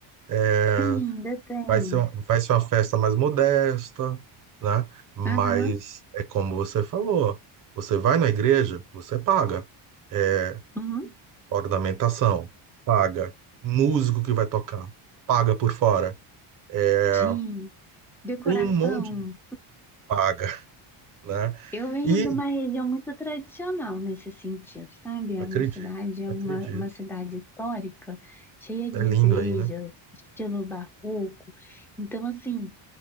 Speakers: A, on the right; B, in the centre.
A: É,
B: sim, detém.
A: Vai ser, um- vai ser uma festa mais modesta, né? Mas
B: Aham,
A: é como você falou, você vai na igreja, você paga. É,
B: uhum.
A: ornamentação, paga. Músico que vai tocar, paga por fora. É,
B: Sim, decoração.
A: tem um monte de paga, <laughs> né?
B: Eu venho
A: E
B: de uma região muito tradicional nesse sentido, sabe? A
A: acredito,
B: minha cidade é
A: acredito.
B: uma, uma cidade histórica, cheia de
A: É lindo
B: igrejas,
A: aí, né?
B: estilo barroco. Então, assim,